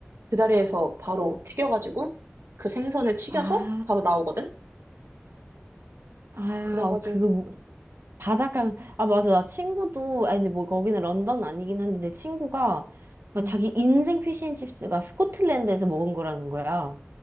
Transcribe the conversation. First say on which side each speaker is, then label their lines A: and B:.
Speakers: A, on the right (about 80°); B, on the right (about 65°).
A: 그 다리에서 바로 튀겨가지고 그 생선을 튀겨서
B: 아,
A: 바로 나오거든?
B: 아,
A: 그래가지고,
B: 어, 그거, 무, 바닷가, 아, 맞아. 나 친구도, 아니, 근데 뭐, 거기는 런던 아니긴 한데, 내 친구가, 막
A: 음.
B: 자기 인생 피쉬앤칩스가 스코틀랜드에서 먹은 거라는 거야.